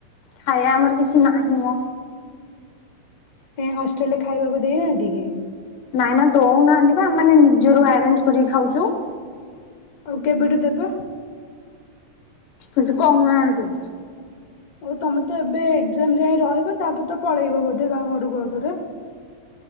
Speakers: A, on the left; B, on the left.
A: ଖାଇବା ଆମର କିଛି ନାହିଁ ମ
B: କାଇ ହଷ୍ଟେଲରେ ଖାଇବାକୁ ଦେଇନାହାନ୍ତି କି?
A: ନାଇଁ ମା ଦଉନାହାନ୍ତି ବା। ଆମେ ନିଜରୁ ଆରେଞ୍ଜ କରି ଖାଉଛୁ ।
B: ଆଉ କେଠୁ ଦେଵେ?
A: କିଛି କହୁ ନାହାନ୍ତି
B: ଆଉ ତମେ ତ ଏବେ ଏକ୍ଷମ୍ ଜୟେ ରହିବ ତା ପରେ ତ ପଳେଇବ ବୋଧେ ଗାଁ ଘରକୁ ଆଉ ଥରେ?